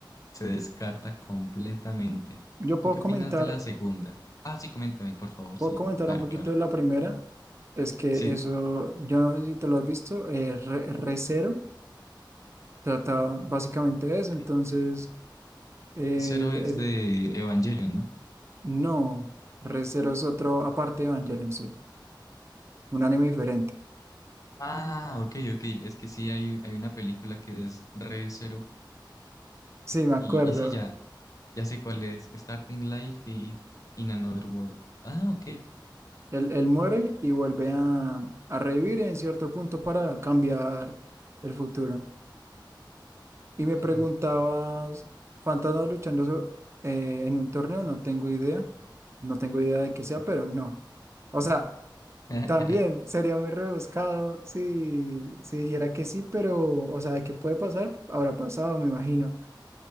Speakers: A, on the left; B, on the right.
A: Se descarta completamente.
B: Yo
A: ¿Tú
B: puedo
A: qué
B: comentar,
A: opinas de la segunda? Ah, sí, coméntame, por favor.
B: puedo
A: Sí,
B: comentar
A: claro,
B: un poquito
A: claro.
B: de la primera. Es que
A: Sí,
B: eso, yo no sé si te lo has visto, eh, Re- Re:Zero. Trata básicamente de
A: Ok.
B: eso, entonces, eh,
A: Cero es
B: es-
A: de Evangelion, ¿no?
B: no, Re Zero es otro, aparte de Evangelion, sí, un anime diferente.
A: Ah, ok, ok. Es que sí, hay, hay una película que es re Cero
B: Sí, me
A: Y,
B: acuerdo,
A: y sí, ya. Ya sé cuál es. Starting Life y In Another World. Ah, ok.
B: él, él muere y vuelve a, a revivir en cierto punto para cambiar el futuro. Y me
A: Wow.
B: preguntabas, ¿Fantasmas luchando so- eh, en un torneo? No tengo idea, no tengo idea de qué sea, pero no. O sea,
A: <laughs>
B: También sería muy rebuscado si, si dijera que sí, pero, o sea, de que puede pasar, habrá pasado, me imagino.